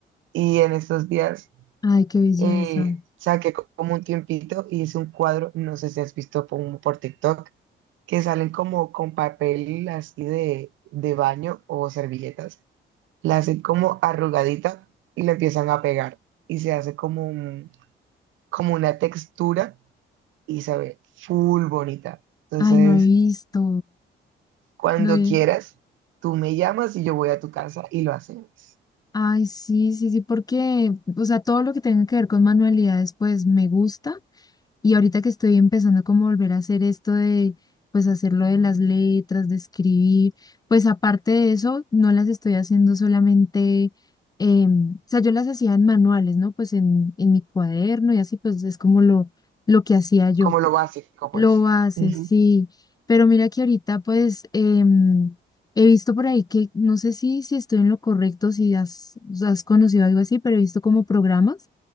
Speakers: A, on the right (about 75°); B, on the left (about 20°).
A: Y en estos días
B: ay, qué belleza.
A: eh, saqué co- como un tiempito y hice un cuadro, no sé si has visto por, por TikTok, que salen como con papel así de, de baño o servilletas. La hacen como arrugadita y la empiezan a pegar y se hace como un- como una textura y se ve full bonita. Entonces...
B: Ay, no he visto.
A: Cuando
B: No he-
A: quieras, tú me llamas y yo voy a tu casa y lo hacemos.
B: Ay, sí, sí, sí, porque, o sea, todo lo que tenga que ver con manualidades, pues me gusta. Y ahorita que estoy empezando como a volver a hacer esto de, pues hacerlo de las letras, de escribir, pues aparte de eso, no las estoy haciendo solamente, em, o sea, yo las hacía en manuales, ¿no? Pues en, en mi cuaderno y así, pues es como lo, lo que hacía yo.
A: Como lo básico, pues.
B: Lo hace,
A: Ujú.
B: sí, pero mira que ahorita pues em, he visto por ahí que, no sé si, si estoy en lo correcto, si has, has conocido algo así, pero he visto como programas